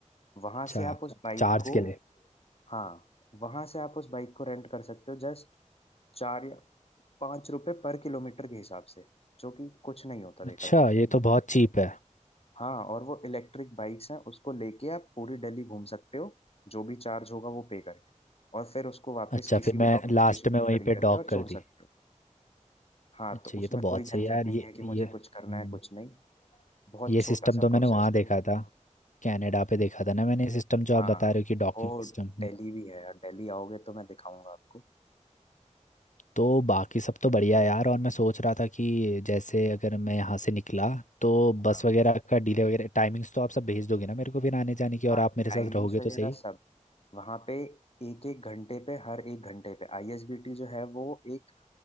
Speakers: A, on the left (about 50°); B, on the left (about 75°).
A: वहां
B: अच्छा
A: से आप उस बाइक
B: चार्ज
A: को
B: के लिए
A: हाँ वहां से आप उस बाइक को रेंट कर सकते हो जस्ट चार या पाँच रुपए पर किलोमीटर के हिसाब से जो कि कुछ नहीं होता देखा
B: अच्छा
A: जाए तो।
B: ये तो बहुत चीप है
A: हाँ और वो इलेक्ट्रिक बाइक्स हैं उसको लेके आप पूरी दिल्ली घूम सकते हो जो भी चार्ज होगा वो पे करके और फिर उसको वापस
B: अच्छा
A: किसी
B: फिर
A: भी
B: मैं
A: डॉकिंग
B: लास्ट
A: स्टेशन
B: में
A: पे
B: वहीं
A: खड़ी
B: पे
A: करके
B: डॉक
A: और
B: कर
A: छोड़
B: दी
A: सकते हो हाँ
B: अच्छा
A: तो उसमें
B: ये तो बहुत
A: कोई झंझट
B: सही है यार
A: नहीं
B: ये
A: है कि मुझे
B: ये हम्म,
A: कुछ करना है कुछ नहीं बहुत
B: ये
A: छोटा
B: सिस्टम
A: सा
B: तो मैंने
A: प्रोसेस
B: वहाँ
A: है
B: देखा था कनाडा पे देखा था ना मैंने सिस्टम जो
A: हाँ
B: आप बता रहे हो कि डॉकिंग
A: वो
B: सिस्टम
A: दिल्ली भी है और दिल्ली आओगे तो मैं दिखाऊंगा आपको
B: तो बाकी सब तो बढ़िया यार और मैं सोच रहा था कि जैसे अगर मैं यहाँ से निकला तो बस
A: हाँ
B: वगैरह का डिले वगैरह टाइमिंग्स तो आप सब भेज दोगे ना मेरे को फिर आने जाने की और
A: हाँ
B: आप मेरे
A: टाइमिंग्स
B: साथ रहोगे
A: वगैरह
B: तो सही
A: सब वहाँ पे एक एक घंटे पे हर एक घंटे पे आईएसबीटी जो है वो एक